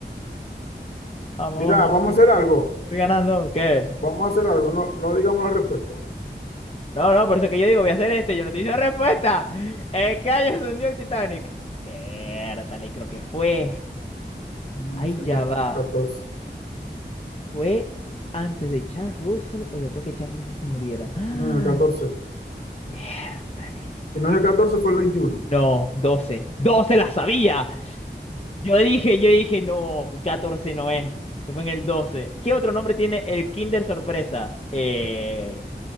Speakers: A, on the left; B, on the left.
A: Vamos,
B: Mira,
A: vamos,
B: vamos a hacer algo.
A: voy ganando. ¿Qué?
B: Vamos a hacer algo. No, no digamos la respuesta.
A: No, no, por eso que yo digo, voy a hacer este. Yo no te hice respuesta. El callo se hundió el Titanic. Vértale, creo que fue.
B: novecientos
A: Ahí ya va.
B: catorce.
A: ¿Fue antes de Charles Russell o después que Charles Russell se muriera? ¡Ah!
B: No, el 14.
A: Vértale.
B: Si
A: 14.
B: no es el catorce, fue el 21.
A: No, 12 12 la sabía! Yo dije, yo dije, no, 14 no es. Esto fue en el 12. ¿Qué otro nombre tiene el Kinder Sorpresa? Eh,